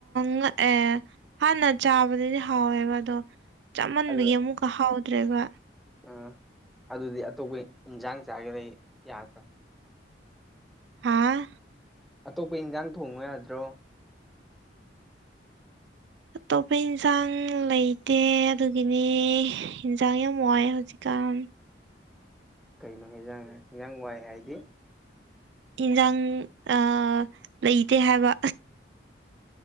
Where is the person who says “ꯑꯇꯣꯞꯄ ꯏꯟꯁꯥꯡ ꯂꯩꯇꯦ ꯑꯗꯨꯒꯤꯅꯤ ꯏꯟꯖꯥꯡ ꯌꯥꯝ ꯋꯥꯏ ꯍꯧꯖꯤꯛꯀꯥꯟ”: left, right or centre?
Right